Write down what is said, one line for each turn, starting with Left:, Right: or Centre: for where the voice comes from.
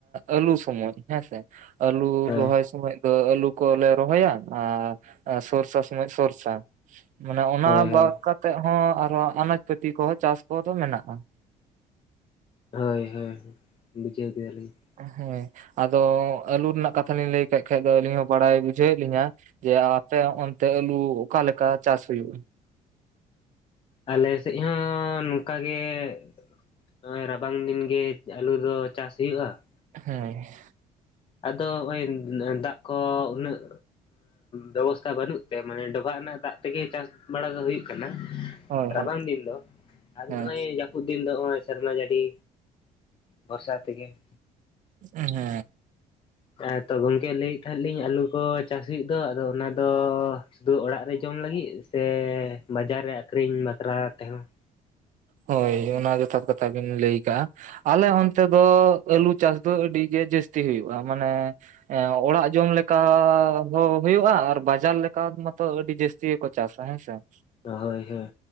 Right: ᱟᱞᱩ ᱥᱩᱢᱩᱝ ᱾ ᱦᱮᱸ ᱥᱮ ᱟᱞᱩ
Left: ᱦᱳᱭ
Right: ᱨᱚᱦᱚᱭ ᱥᱚᱢᱚᱭ ᱟᱹᱞᱩ ᱠᱚ ᱞᱮ ᱨᱚᱦᱚᱭᱟ ᱟᱨ ᱥᱚᱨᱥᱟ ᱥᱚᱢᱚᱭ ᱥᱚᱨᱥᱟ ᱾ ᱢᱟᱱᱮ ᱚᱱᱟ
Left: ᱦᱳᱭ ᱦᱳᱭ
Right: ᱵᱟᱫ ᱠᱟᱛᱮᱜ ᱦᱚᱸ ᱟᱨ ᱦᱚᱸ ᱟᱱᱟᱡ ᱯᱟᱹᱛᱤ ᱠᱚ ᱦᱚᱸ ᱪᱟᱥ ᱠᱚ ᱫᱚ ᱢᱮᱱᱟᱜ-ᱟ ᱾
Left: ᱦᱚᱭ ᱦᱚᱭ ᱵᱩᱡᱷᱟᱹᱣ ᱠᱮᱫᱟ ᱞᱤᱧ ᱾
Right: ᱦᱮᱸ ᱟᱫᱚ ᱟᱹᱞᱩ ᱨᱮᱱᱟᱜ ᱠᱟᱛᱷᱟ ᱞᱤᱧ ᱞᱟᱹᱭ ᱟᱠᱟᱠᱷᱟ ᱫᱚ ᱟᱹᱞᱤᱧ ᱦᱚᱸ ᱵᱟᱲᱟᱭ ᱵᱩᱡᱷᱟᱹᱣᱮᱫ ᱞᱤᱧᱟᱹ ᱾ ᱡᱮ ᱟᱯᱮ ᱚᱱᱛᱮ ᱟᱞᱩ ᱚᱠᱟ ᱞᱮᱠᱟ ᱪᱟᱥ ᱦᱩᱭᱩᱜ-ᱟ ᱾
Left: ᱟᱞᱮ ᱥᱮᱫ ᱦᱚᱸ ᱱᱚᱝᱠᱟ ᱜᱮ ᱾ ᱱᱚᱜᱚᱭ ᱨᱟᱵᱟᱝ ᱫᱤᱱ ᱜᱮ ᱟᱹᱞᱩ ᱫᱚ ᱪᱟᱥ ᱦᱩᱭᱩᱜ-ᱟ ᱾
Right: ᱦᱮᱸ ᱾
Left: ᱟᱫᱚ ᱱᱚᱜ-ᱭ ᱫᱟᱜ ᱠᱚ ᱩᱱᱟᱹᱜ ᱵᱮᱵᱚᱥ ᱛᱟ ᱚᱱᱠᱟ ᱵᱟᱹᱱᱩᱜ ᱛᱮ ᱢᱟᱱᱮ ᱰᱚᱵᱷᱟᱜ ᱨᱮᱱᱟᱜ ᱫᱟᱜ ᱛᱮ ᱜᱮ ᱪᱟᱥ ᱵᱟᱲᱟ ᱫᱚ ᱦᱩᱭᱩᱜ ᱠᱟᱱᱟ
Right: ᱦᱳᱭ
Left: ᱨᱟᱵᱟᱝ
Right: ᱦᱳᱭ
Left: ᱫᱤᱱ ᱫᱚ ᱾ ᱟᱫᱚ
Right: ᱦᱮᱸ
Left: ᱱᱚᱜ-ᱚᱭ ᱡᱟᱹᱯᱩᱫ ᱫᱤᱱ ᱫᱚ ᱱᱚᱜ-ᱚᱭ ᱥᱮᱨᱢᱟ ᱡᱟᱹᱲᱤ ᱵᱚᱨᱥᱟ ᱛᱮ ᱜᱮ ᱾
Right: ᱦᱮᱸ ᱾
Left: ᱦᱮᱸ ᱛᱚ ᱜᱚᱝᱠᱮ ᱞᱟᱹᱭᱮᱫ ᱛᱟᱦᱮᱸᱫ ᱞᱤᱧ ᱟᱹᱞᱩ ᱠᱚ ᱪᱟᱥ ᱦᱩᱭᱩᱜ ᱫᱚ ᱟᱫᱚ ᱚᱱᱟ ᱫᱚ ᱥᱩᱫᱩ ᱚᱲᱟᱜ ᱨᱮ ᱡᱚᱢ ᱞᱟᱹᱜᱤᱫ ᱥᱮ ᱵᱟᱡᱟᱨ ᱨᱮ ᱟᱠᱷᱨᱤᱧ ᱵᱟᱠᱷᱨᱟ ᱛᱮ ᱦᱚᱸ ᱾
Right: ᱦᱚᱭ ᱚᱱᱟ ᱡᱚᱛᱷᱟᱛ ᱠᱟᱛᱷᱟ ᱵᱤᱱ ᱞᱟᱹᱭ ᱟᱠᱟᱜ-ᱟ ᱾ ᱟᱞᱮ ᱚᱱᱛᱮ ᱫᱚ ᱟᱹᱞᱩ ᱪᱟᱥ ᱫᱚ ᱟᱹᱰᱤᱜᱮ ᱡᱟᱹᱥᱛᱤ ᱦᱩᱭᱩᱜ-ᱟ᱾ ᱢᱟᱱᱮ ᱚᱲᱟᱜ ᱡᱚᱢ ᱞᱮᱠᱟ ᱦᱚᱸ ᱦᱩᱭᱩᱜ-ᱟ ᱟᱨ ᱵᱟᱡᱟᱨ ᱞᱮᱠᱟ ᱢᱟᱛᱚ ᱟᱹᱰᱤ ᱡᱟᱹᱥ ᱛᱤ ᱜᱮ ᱠᱚ ᱪᱟᱥᱟ ᱦᱮᱸ ᱥᱮ ᱾
Left: ᱦᱚᱭ ᱦᱚᱭ